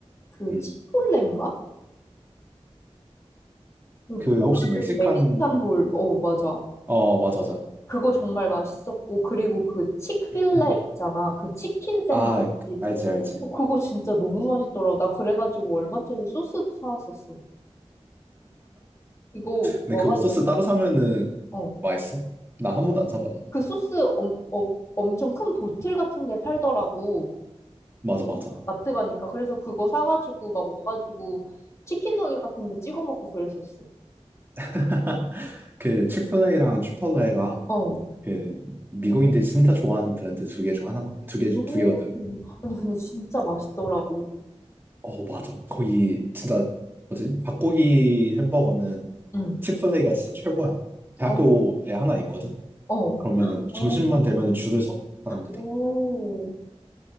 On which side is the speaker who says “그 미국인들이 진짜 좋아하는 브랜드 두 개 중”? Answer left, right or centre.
Right